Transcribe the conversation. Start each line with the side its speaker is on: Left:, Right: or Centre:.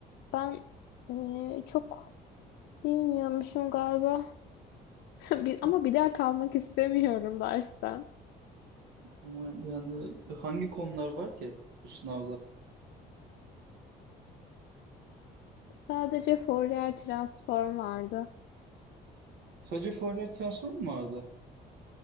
Left: Ben ee, çok bilmiyormuşum galiba. <laughs> Bir-
Right: Ha-
Left: Ama bir daha kalmak istemiyorum dersten.
Right: Ama yani hangi konular var ki bu sınavda?
Left: Sadece Fourier transform vardı.
Right: Sadece Fourier transform mu vardı?